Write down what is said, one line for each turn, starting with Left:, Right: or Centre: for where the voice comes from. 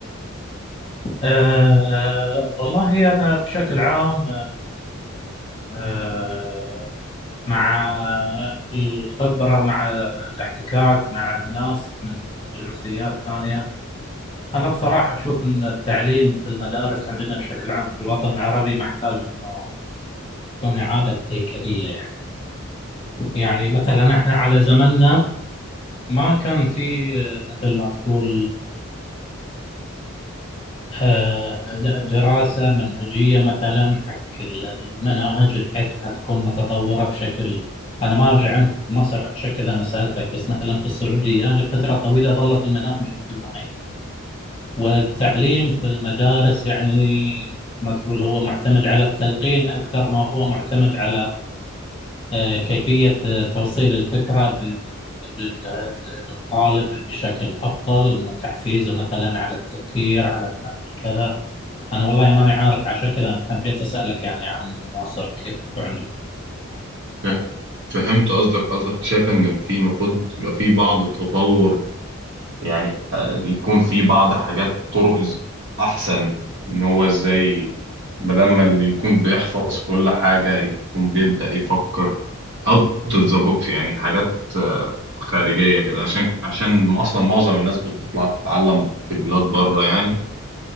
Left: آه، والله أنا بشكل عام آه، مع الخبرة مع الاحتكاك مع الناس من جنسيات ثانية أنا بصراحة أشوف أن التعليم في المدارس عندنا بشكل عام في الوطن العربي محتاج أنه تكون إعادة هيكلية يعني. يعني مثلا احنا على زماننا ما كان في آه، مثل ما تقول آه، د- دراسة منهجية مثلا حق ال- المناهج بحيث انها تكون متطورة بشكل انا ما ادري عنكم في مصر عشان كذا انا سألتك بس مثلا في السعودية لفترة طويلة ظلت المناهج مثل ما هي والتعليم في المدارس يعني ما تقول هو معتمد على التلقين اكثر ما هو معتمد على آه، كيفية آه، توصيل الفكرة ب- لل- للطالب بشكل أفضل إنه تحفيزه مثلا على التفكير على النقد كذا أنا والله ماني عارف عشان كذا أنا حبيت أسألك يعني عن مصر كيف عندكم
Right: آه، فهمت قصدك قصدك شايف ان في المفروض يبقى في بعض التطور يعني آه، يكون في بعض حاجات طرق ز- احسن ان هو ازاي بدل ما اللي يكون بيحفظ كل حاجة يكون بيبدأ يفكر اوت اوف ذا بوكس يعني حاجات آه، خارجية كده عشان عشان اصلا معظم الناس بتطلع تتعلم في بلاد بره يعني